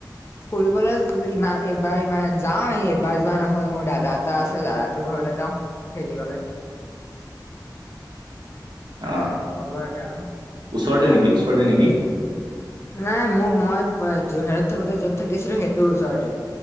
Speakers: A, on the left; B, on the right.
A: ফুৰিবলৈ ইমান এইবাৰ ইমান যাওঁ এবাৰ যোৱা নহল মোৰ দাদা এটা আছে দাদা তৰ ঘৰলৈ যাওঁ খেলিবলে।
B: অ',
A: লগৰ এটা আৰু
B: ওচৰতে
A: ক্লাছ
B: নেকি ওচৰতে নেকি?
A: নাই মোৰ মই যোৰহত থাকোতে য'ত থাকিছিলো সেইটো ওচৰতে।